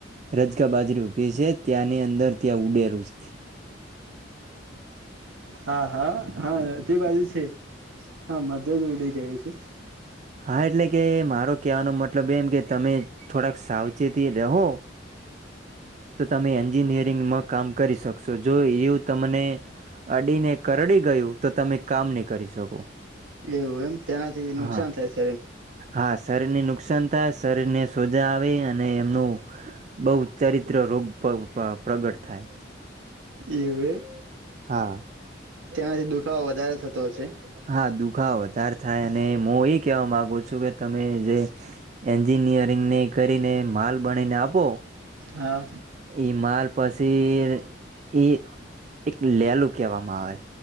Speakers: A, on the right; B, on the right.
A: રજગા બાજરી ઉભી છે ત્યાંની અંદર ત્યાં ઉડેરું. <inaudible>
B: હા હા હા તે બાજુ છે. હા મતે જ ઉડીઈ રહ્યો છે.
A: હા એટલે કે મારો કવાનો મતલબ એમ કે તમે થોડાક સાવ ચેતી રહો. તો તમે એન્જિનિયરિંગમાં કામ કરી શકશો જો એવું તમને અડીને કરડી ગયું તો તમે કામ નહી કરી શકો.
B: એેવું એમ તેનાથી નુકસાન
A: હા
B: થાય છે.
A: હા શરીર ની નુકસાન શરીરને સોજા આવે અને એમનું બહ ચારિત્ર રોગ પ્રગટ થાય..
B: એવે એમ.
A: હા
B: ત્યાંથી દુખાવ વધારે થતો હશે.
A: હા દુખાવ વધારે થાય અને હું એ કેવા માગુ છ કે તમે જે એન્જિનયરિંગ ની કરીને માલ બણીને આપો
B: હા
A: એ માલ પછી એક લેલું કહેવામાં આવે.